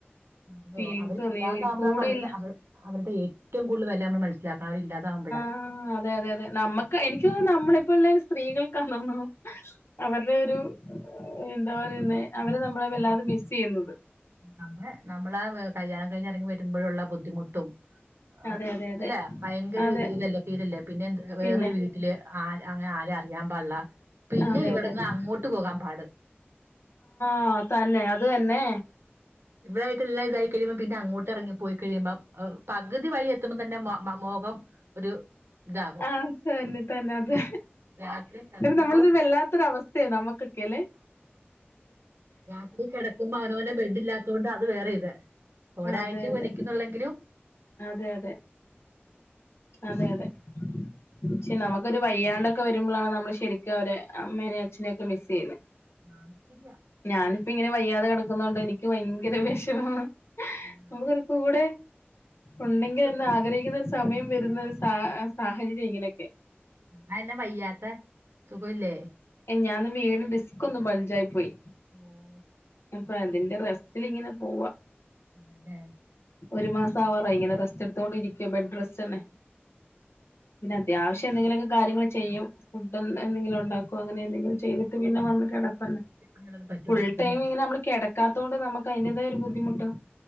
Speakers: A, on the right; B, on the left.
A: <unintelligible>
B: ഫീലിങ്സ്
A: അവരില്ലാതാവുമ്പോഴാണ്
B: തോന്നിയോ കൂടെയില്ല
A: അവരുടെ അവ അവരുടെ ഏറ്റവും കൂടുതൽ വില നമ്മൾ മനസ്സിലാക്കാ അവരില്ലാതാവുമ്പഴാ
B: ആഹ് അതെ അതെ അതെ നമ്മക്ക് എനിക്ക് തോന്നുന്നു നമ്മളിപ്പോ ഉള്ള സ്ത്രീകൾക്കാണണോ. അവരുടെ ഒരു എന്താ പറയുന്നെ അവരെ നമ്മള് വല്ലാതെ മിസ് ചെയ്യുന്നത്.
A: അ നമ്മളെ നമ്മളാ കല്യാണം കഴിഞ്ഞി ഇറങ്ങി വരുമ്പോഴുള്ള ബുദ്ധിമുട്ടും ആ
B: അതെ അതെ അതെ
A: അല്ല ഭയങ്കര
B: അതെ
A: ഇത് ഇതല്ലേ ഫീലല്ലേ പിന്നെ എന്ത് വേറരു
B: പിന്നെ
A: വീ ല് ആരേ അങ്ങനെ ആര് അ അറിയാൻ പാട്ള്ള പിന്നെ
B: അതെ
A: ഇവട്ന്ന്
B: അതെ അതെ
A: അങ്ങോട്ട് പോകാൻ പാട്.
B: ആ തന്നെ അത് തന്നെ.
A: ഇവരായിട്ട് ഇല്ല ഇതയ്ക്കില് പിന്നെ അങ്ങോട്ട് എറങ്ങി പോയി കഴിയുമ്പം അവ് പകുതി വഴി എത്തുമ്പോം തന്നെ മൊ മ മുഖം. ഒരു താകും
B: ആത് തന്നെ തന്നെദ്
A: രാത്രി കിടക്കുമ്പോ
B: നമ്മളിത് വല്ലാത്തൊരവസ്ഥയാണ് നമ്മക്കെക്കെയലെ
A: രാത്രികിടക്കുമ്പോ അവനവനെ ബെഡ് ഇല്ലാത്തോണ്ട് അത് വേറെ ഇത്. ഒരാഴ്ച
B: അതെ
A: ക്കെ
B: അതെ
A: നിക്കുന്നുള്ളെങ്കിലും
B: അതെ അതെ അതെ അതെ പക്ഷേ നമുക്കൊരു വയ്യാണ്ടൊക്കെ വരുമ്പോഴാണ് നമ്മള് ശെരിക്കും അവര് അമ്മേനയും അച്ഛനെയ ഒക്കെ മിസ്സ് ചെയ്യുന്നത്.
A: ആഹ ശരിയാ.
B: ഞാനിപ്പ ഇങ്ങനെ വയ്യാതെ കിടക്കുന്നൊണ്ട് എനിക്ക് ഭയങ്കര വെഷമമാ.
A: ആഹ്
B: നമുക്കരു കൂടെ ഉണ്ടെങ്കിൽ
A: എന്നാ സു
B: എന്ന് ആഗ്രഹിക്കുന്ന
A: സുഖയില്ലേ
B: ഒരു സമയം വരുന്ന സാഹ സാഹചര്യം ഇങ്ങനെക്കെ
A: അയന്നെ വയ്യാത്ത സുഖുല്ലേ?
B: എ ഞാനന്ന് വീണ് ഡിസ്ക് ഒന്ന് ബൾജആയി പോയി.
A: ഓ
B: അപ്പൊ അതിന്റെ റെസ്ററി ലിങ്ങനെ പോവാ.
A: അതെ
B: ഒരു മാസആവാറായി ഇങ്ങനെ റെസ്റ്റ് എടുത്തോണ്ടിരിക്കുമ്പ ബെഡ് റെസ്റ്റ് തന്നെ പിന്നെ അത്യാവശ്യം എന്തെങ്കിലുമൊക്കെ കാര്യങ്ങൾ ചെയ്യും ഫുഡ് എ എന്തെങ്കിലും ഉണ്ടാക്കും അപ്പൊ അങ്ങനെ എന്തെങ്കിലും ചെയ്തിട്ട് പിന്നെ വന്ന് കിടപ്പന്നെ,
A: പണികളൊന്നും പറ്റൂലായിരിക്കും
B: ഫുൾ ടൈം
A: അല്ലേ
B: ഇങ്ങനെ നമ്മൾ കിട കാതൊണ്ട് നമുക്ക് അതിന്റേതേയ ഒരു ബുദ്ധിമുട്ട്